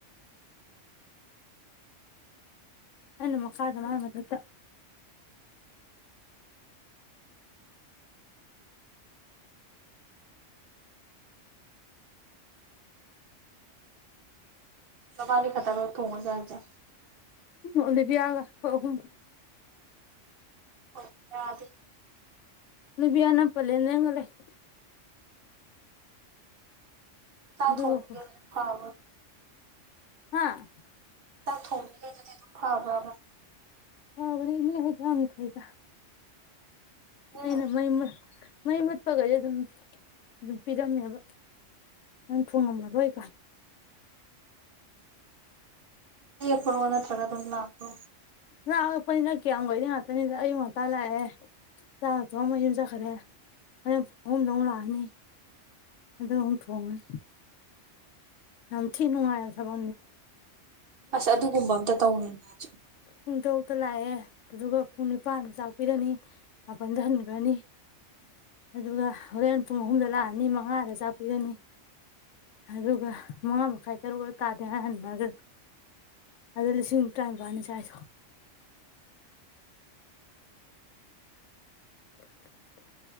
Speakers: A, on the left; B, on the right.
A: ꯑꯅꯃ ꯀꯥꯗ ꯃꯥꯃꯠꯇ
B: ꯂꯕꯥꯅꯤ ꯈꯇꯒ ꯎ ꯊꯣꯡꯉ ꯆꯗ
A: ꯎꯝ ꯂꯩꯕꯤ ꯌꯥꯒ ꯍꯝ
B: ꯑꯣ ꯌꯥ ꯑꯗꯨ
A: ꯅꯨꯕꯤꯌꯥꯅ ꯄꯂꯗꯒ ꯂꯩꯦ
B: ꯆꯥꯛ
A: ꯑꯗꯨꯒꯀꯣ
B: ꯊꯣꯡꯒ ꯍꯥꯎ
A: ꯍꯥꯥ
B: ꯊꯣꯡ ꯐꯥꯕ꯭ꯔꯕ
A: ꯍ ꯃ ꯏꯅꯤ ꯍꯥꯏꯗ ꯐꯥꯏꯗ
B: ꯅꯪ
A: ꯑꯅꯃ ꯏ ꯃꯩ ꯃꯨꯠꯄꯈꯩꯗꯤ ꯑꯗꯨꯝ ꯑꯗꯨꯝ ꯄꯤꯔꯝꯃꯦꯕ ꯅꯪ ꯊꯨꯡꯉꯝꯃꯔꯣꯏ ꯀꯥꯟ
B: ꯄꯨ ꯋꯥꯟꯅꯠꯇ꯭ꯔꯒ ꯑꯗꯨ ꯂꯥꯛ꯭ꯔꯣ
A: ꯅ ꯑꯉꯛꯄꯅꯤꯅ ꯀꯌꯥꯝꯨꯩꯗꯤ ꯉꯥꯛꯇꯅꯤꯗ ꯑꯌꯨꯛ ꯉꯟꯇꯥ ꯂꯥꯛꯑꯦ ꯆꯥ ꯑ ꯊꯣꯡ ꯑꯃ ꯌꯨꯝ ꯆꯠꯈ꯭ꯔꯦ ꯑ ꯑꯍꯨꯝꯗ ꯑꯃꯨꯛ ꯂꯥꯛꯑꯅꯤ ꯑꯗꯨ ꯑꯃꯨꯛ ꯊꯣꯡꯉꯅꯤ ꯌꯥꯝ ꯊꯤ ꯅꯨꯡꯉꯥꯏꯕ ꯁꯗ
B: ꯑꯁ ꯑꯗꯨꯒꯨꯝꯕ ꯑꯝꯇ ꯇꯧꯅꯤꯡꯅꯦ ꯍꯧꯖꯤꯛ
A: ꯄꯨꯡ ꯇꯔꯨꯛꯇ ꯂꯥꯛꯑꯦ ꯑꯗꯨꯒ ꯄꯨꯡ ꯅꯤꯄꯥꯟꯗ ꯆꯥꯛꯄꯤꯔꯅꯤ ꯃꯥꯄꯜꯗ ꯍꯟꯈ꯭ꯔꯅꯤ ꯑꯗꯨꯒ ꯍꯣꯔꯦꯟ ꯄꯨꯡ ꯑꯍꯨꯝꯗ ꯂꯥꯛꯑꯅꯤ ꯃꯉꯥꯗ ꯆꯥꯛꯄꯤꯔꯅꯤ ꯑꯗꯨꯒ ꯃꯉꯥ ꯃꯈꯥꯏ ꯇꯔꯨꯛ ꯇꯥꯗꯦꯅ ꯍꯟꯅꯈ ꯑꯗꯨꯗ ꯂꯤꯁꯤꯡ ꯇꯔꯥꯅꯤꯄꯜꯅꯤ ꯆꯥꯏꯗꯣ <inaudible>